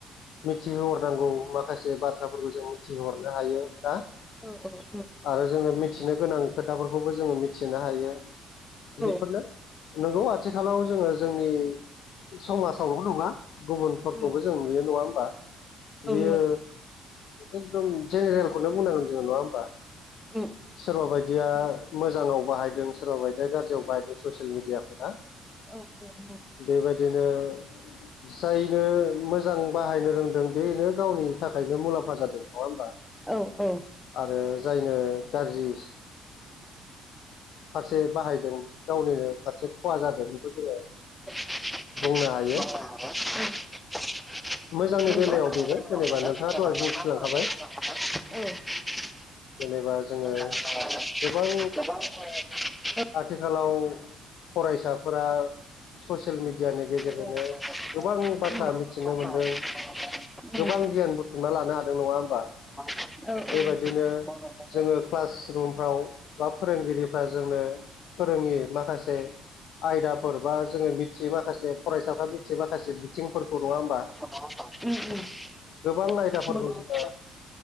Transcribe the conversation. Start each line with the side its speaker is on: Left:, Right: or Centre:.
Left: मिथिहोहरनांगौ माखासे बाथ्राफोरखौ जों मिथिहोहरनो हायो ना।
Centre: औ औ औ।
Left: आरो जोङो मिथिनो गोनां खोथाफोरखौबो जोङो मिथिनो हायो
Centre: नंगौ
Left: बेफोरनो नंगौ आथिखालाव जोङो जोंनि समाजावल' नङा। गुबुनफोरखौबो
Centre: औ
Left: जों नुयो नङा होमबा
Centre: औ
Left: बेयो।
Centre: नंगौ
Left: एकदम जेनेरेलखौनो बुंनांगोन जोङो नङा होमबा
Centre: उम
Left: सोरबा बायदिया।
Centre: उम
Left: मोजाङाव बाहायदों सोरबा बायदिया गाज्रियाव बाहायदों ससियेल मिडियाफोरा।
Centre: औ औ औ।
Left: बेबायदिनो जायनो मोजां बाहायनो रोंदों बेनो गावनि थाखायनो मुलाम्फा जादों नङा होमबा।
Centre: औ औ।
Left: आरो जायनो गाज्रि फारसे बाहायदों गावनिनो फारसे खहा जादों। बेखौ जोङो
Centre: <unintelligible>
Left: बुंनो हायो मोजांनि बेलायाव
Centre: <unintelligible>
Left: बेनो जेनेबा नोंथाङा दहाय बुंथिलांखाबाय जेनेबा
Centre: <unintelligible>
Left: जोङो गोबां आथिखालाव फरायसाफोरा ससियेल मिडिया मिडिया नि गेजेरजोंनो
Centre: औ औ
Left: गोबां
Centre: उम
Left: बाथ्रा
Centre: उम उम
Left: मिथिनो
Centre: औ औ नंगौ
Left: मोनदों। गोबां गियान बुथुमना लानो हादों नङा होमबा।
Centre: औ।
Left: बेबायदिनो जोङो क्लास रुमफ्राव बा फोरोंगिरि जोंनो फोरोङि माखासे आयदाफोर बा जोङो मिथियो माखासे फरायसाफ्रा जे माखासे बिथिंफोरखौ नङा होमबा।
Centre: <unintelligible>
Left: गोबां आयदाफोरखौ जोङो